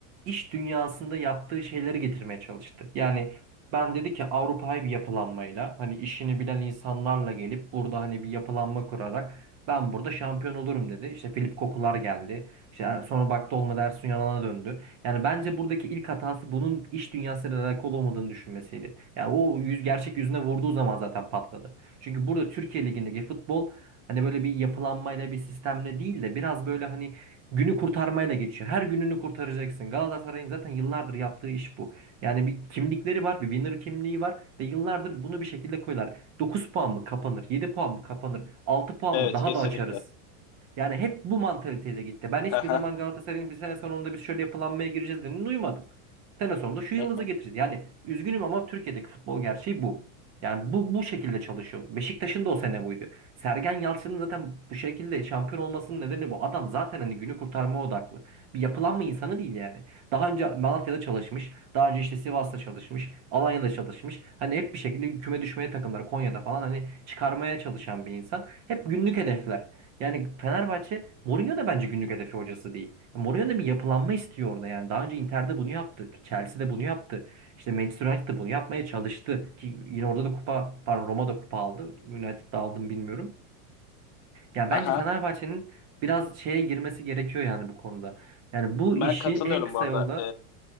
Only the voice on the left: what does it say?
Evet,
kesinlikle.
Haha.
Hı hı.
Haha.
Ben
katılıyorum
bu arada.